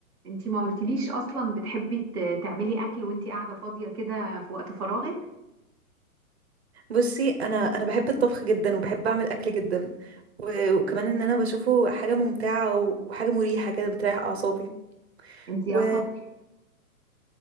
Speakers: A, in the centre; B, on the right.
A: انتي ما قلتليش اصلا بتحبي ت- تعملي اكل وانتي قاعده فاضيه كده في وقت فراغك
B: بصي انا انا بحب الطبخ جدا وبحب اعمل اكل جدا و- وكمان ان انا بشوفه حاجه ممتعه و- وحاجه مريحه كده بتريح اعصابي
A: انتي
B: و
A: اصلا بتحبي